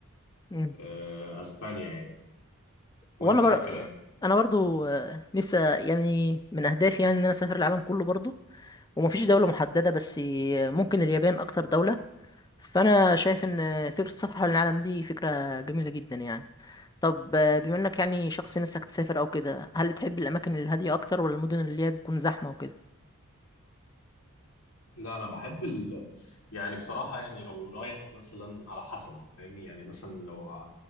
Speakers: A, on the left; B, on the left.
A: مم.
B: آه، اسبانيا يعني
A: وانا
B: وانت
A: بر...
B: ايه الكلام
A: انا برضو آه، نفسي يعني من اهدافي يعني ان انا اسافر العالم كله برضو ومفيش دولة محددة بس آه، ممكن اليابان اكتر دولة فانا شايف ان آه، فكرة السفر حول العالم دي فكرة جميلة جدا يعني طب آه، بما انك يعني شخص نفسك تسافر او كده هل بتحب الاماكن الهادية اكتر ولا المدن اللي هي بتكون زحمة وكده
B: لا انا بحب ال... يعني بصراحة يعني لو رايح مثلا على حسب فاهمني يعني مثلا لو